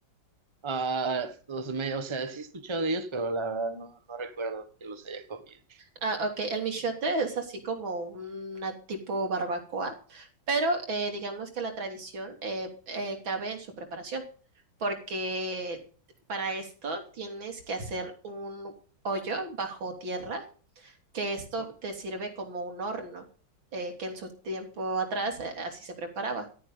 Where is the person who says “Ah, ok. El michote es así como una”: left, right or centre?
Right